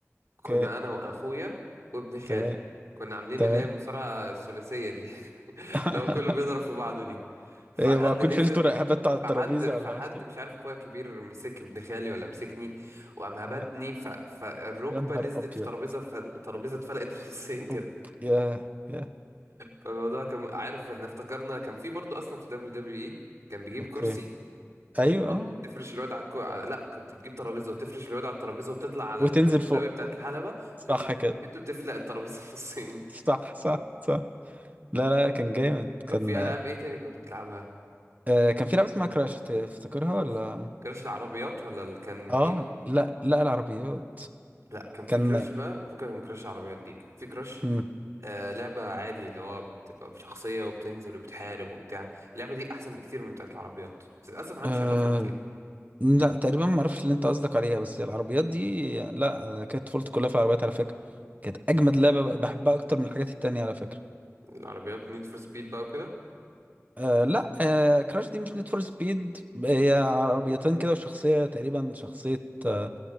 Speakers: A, on the right; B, on the right.
A: كنا
B: اوكي
A: انا واخويا وابن خالي
B: تمام
A: كنا عاملين
B: تمام
A: اللي هي المصارعة الثلاثية دي <laughs>
B: <laughs>
A: اللي هو كله بيضرب في بعضه دي فحد
B: ايه واكون
A: نزل
B: شلت رقبته على الترابيزه
A: فحد فحد
B: ولا عملت ايه
A: مش عارف اخويا الكبير مسك ابن خالي ولا مسكني وقام هبدني
B: تمام
A: ف... فالركبة
B: يا نهار
A: نزلت
B: ابيض
A: في ترابيزة فالترابيزة اتفلقت <laughs> نصين كده
B: اوب يا يا
A: فالموضوع كان عارف احنا افتكرنا كان في برضه اصلا في دبليو دبليو اي كان بيجيب
B: اوكي
A: كرسي وبتحط
B: ايوه آه.
A: تفرش الواد على الكو... على... لا كنت بتجيب ترابيزه وتفرش الواد على الترابيزه وتطلع على
B: وتنزل
A: الزاويه
B: فوق
A: بتاعت الحلبه وتنزل
B: صح
A: تبد
B: كده
A: وتفلق الترابيزه <laughs> نصين
B: صح صح صح لا لا كان جامد
A: طب
B: كان
A: في العاب ايه تاني كنت بتلعبها
B: آه كان في لعبه اسمها كراش تفتكرها ولا
A: اوف كراش العربيات ولا اللي كان
B: اه
A: بينزل
B: لا لا العربيات
A: لا كان في
B: كان
A: كراش بقى فكك من كراش العربيات دي كان في كراش
B: مم.
A: آه لعبه عادي اللي هو بتبقى بشخصيه وبتنزل وبتحارب وبتاع اللعبه دي احسن بكتير من بتاعت العربيات بس للاسف محدش
B: آه
A: يعرفها كتير
B: لا تقريبا ما اعرفش اللي انت قصدك عليها بس العربيات دي لا كانت طفولتي كلها في العربيات على فكره كانت اجمد لعبه بحبها اكتر من الحاجات التانية على فكره
A: العربيات نيد فور سبيد بقى وكده
B: آه لا آه كراش دي مش نيد فور سبيد هي عربيتين كده وشخصيه تقريبا شخصيه آه